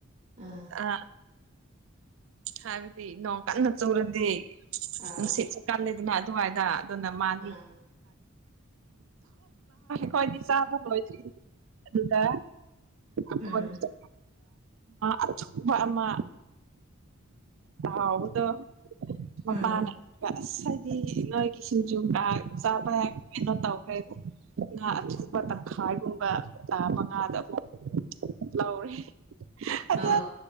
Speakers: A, on the right; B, on the right.
A: ꯑꯥ
B: ꯑ ꯍꯥꯏꯕꯗꯤ ꯅꯣꯡ ꯀꯟꯅ ꯆꯨꯔꯗꯤ
A: ꯑꯥ
B: ꯅꯨꯡꯁꯤꯠꯁꯨ ꯀꯜꯂꯦꯗꯅ ꯑꯗꯨꯋꯥꯏꯗ ꯑꯗꯨꯅ ꯃꯥꯗꯤ
A: ꯑꯥ
B: ꯈ꯭ꯣꯏꯗꯤ ꯆꯥꯕ ꯂꯣꯏꯗ꯭ꯔꯤ ꯑꯗꯨꯗ ꯑꯣꯟꯄ
A: ꯎꯝ
B: ꯑꯗꯨꯆꯨꯞ ꯑꯃꯥ ꯍꯧꯕꯗꯨ ꯃꯄꯅ
A: ꯎꯝ
B: ꯉꯁꯥꯏꯗꯤ ꯅꯣꯏꯒꯤ ꯁꯤꯡꯖꯨ ꯀ ꯆꯥꯕ ꯀꯩꯅꯣ ꯇꯧꯈ꯭ꯔꯦꯕ ꯉꯥ ꯑꯊꯨꯕ ꯇꯪꯈꯥꯏꯒꯨꯝꯕ ꯇꯥꯕ ꯉꯥꯗ ꯑꯃꯨꯛ ꯂꯧꯔꯦ ꯑꯗ
A: ꯑ